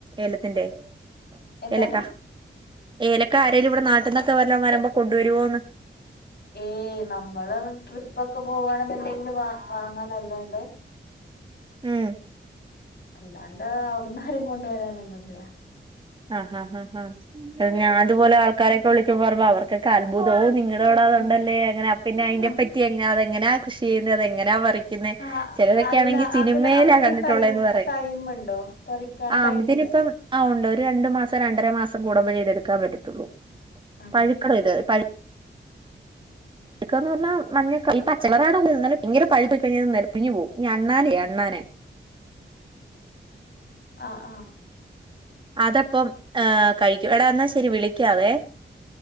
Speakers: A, on the right (about 25°); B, on the left (about 60°).
A: ഏലത്തിന്റെ
B: എന്താണ്
A: ഏലക്ക ഏലക്ക ആരാലും ഇവിടെ നാട്ടിൽന്നൊക്കെ വരു വരുമ്പോ കൊണ്ടുവരുവോന്ന്
B: ഏയ് നമ്മള് ട്രിപ്പ് ഒക്കെ പോവാണെന്നുണ്ടെങ്കില് വാങ്ങാന്നല്ലാണ്ടേ
A: മ്മ്
B: അല്ലാണ്ട് അവിടന്ന് ആരും കൊണ്ടുവരാനൊന്നുമില്ല
A: ആാ ഞാൻ അതുപോലെ ആൾക്കാരൊക്കെ വിളിച്ച് പറയുമ്പോ അവർക്കൊക്കെ അത്ഭുതം നിങ്ങളോട അതതുണ്ടല്ലേ
B: ഉം
A: അങ്ങനാ പിന്നെ അതിനെ
B: ആ
A: പറ്റി എങ്ങന അതെങ്ങനാ കൃഷി ചെയ്യുന്നത്ത എങ്ങനാ പറ
B: ആഹ്
A: ചിലരൊക്കെ
B: അല്ല
A: ആണെങ്കിൽ സിനിമയിലാ
B: അതിന് അതിന്
A: കണ്ടിട്ടുള്ളത്
B: ടൈം
A: എന്ന് പറയും
B: ടൈമുണ്ടോ പറിക്കാൻ
A: ആ
B: ടൈമുണ്ടോ
A: ആ രണ്ട് മാസം രണ്ടര മാസം കൂടുമ്പയേ ഇത് എടുക്കാൻ പറ്റാത്തൊള്ളൂ
B: ആണോ
A: പഴുക്കണം ഇത് പഴു ക്കാന്ന് പറഞ്ഞാൽ മഞ്ഞ ഈ പച്ചളാണ് ഭയര പഴപ്പിക്കഴി നെിലപ്പിഇഞ്ഞു പോവും ന അണ്ണാനെ അണ്ണാൻ <inaudible>
B: <inaudible> ആഹ ആഹ
A: അതപ്പം ഏ കഴിക്കും എടാ എന്നാ ശരി വിളിക്കാവേ